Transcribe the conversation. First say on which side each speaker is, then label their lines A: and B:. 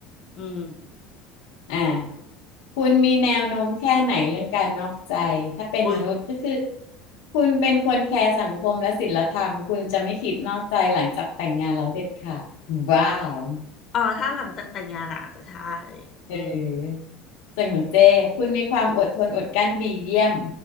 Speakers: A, on the left; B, on the left.
A: อืม
B: อ่ะคุณมีแนวโน้มแค่ไหนเรื่องการนอกใจ ถ้าเป็นมนุษย์ก็คือ
A: อุ้ย
B: คุณเป็นคนแคร์สังคมและศีลธรรม คุณจะไม่คิดนอกใจหลังจากแต่งงานแล้วเด็ดขาดว้าว
A: อ๋อถ้าหลังจากแต่งงานอะอาจจะใช่
B: เออ
A: อืม
B: ส่วนของเจ้คุณมีความอดทนอดกลั้นดีเยี่ยม